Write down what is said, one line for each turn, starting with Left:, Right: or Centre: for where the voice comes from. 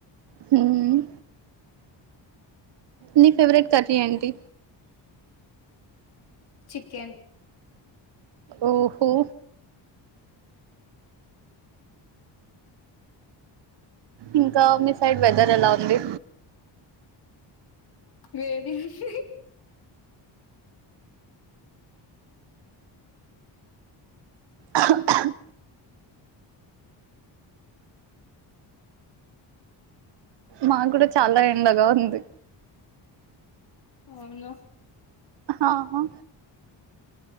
Right: హ్మ్ నీ ఫేవరెట్ కర్రీ ఎంటి
Left: చికెన్
Right: ఓహో ఇంకా మీ సైడ్ వెదర్ ఎలా ఉంది
Left: వేడిగ ఉంధి
Right: అహా హ మా కూడా చాలా ఎండగా ఉంది
Left: అవునా
Right: ఆహ్ హా